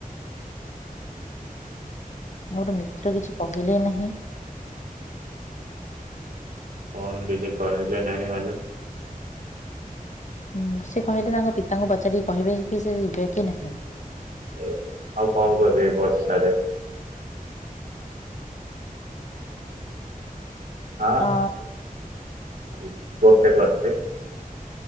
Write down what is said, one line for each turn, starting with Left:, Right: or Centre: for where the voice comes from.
Left: ମୋର ମିତ୍ର କିଛି କହିଲେ ନାହିଁ
Right: କଣ କିଛି କହିଲେ ନାହିଁ ମାନେ
Left: ହଁ ସେ କହିଲେ ତାଙ୍କ ପିତାଙ୍କୁ ପଚାରିକି କହିବେ କି ସେ ଯିବେ କି ନାହିଁ।
Right: ଆଉ ଆଉ କଣ କରିବେ ଏଇ ବର୍ଷାରେ? ହଁ
Left: ଅ
Right: ବହୁତ ଖ ଅଛି